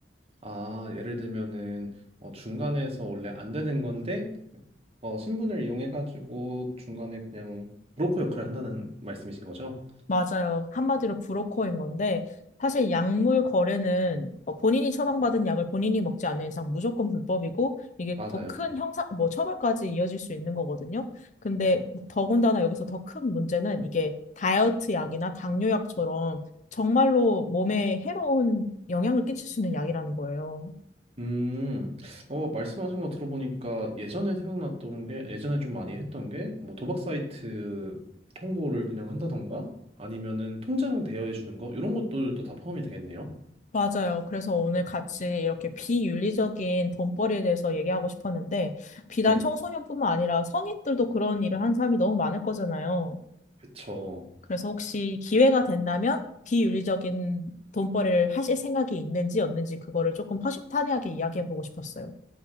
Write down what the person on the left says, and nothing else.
맞아요. 한마디로 브로커인 건데, 사실 약물 거래는 어, 본인이 처방받은 약을 본인이 먹지 않는 이상 무조건 불법이고, 이게
또 큰 형사, 뭐 처벌까지 이어질 수 있는 거거든요. 근데 더군다나 여기서 더 큰 문제는 이게 다이어트 약이나 당뇨약처럼 정말로 몸에 해로운 영향을 끼칠 수 있는 약이라는 거예요.
맞아요. 그래서 오늘 같이 이렇게 비윤리적인 돈벌이에 대해서 얘기하고 싶었는데, 비단
청소년뿐만 아니라 성인들도 그런 일을 하는 사람이 너무 많을 거잖아요.
그래서 혹시 기회가 된다면 비윤리적인 돈벌이를 하실 생각이 있는지 없는지 그거를 조금 허심탄회하게 이야기해 보고 싶었어요.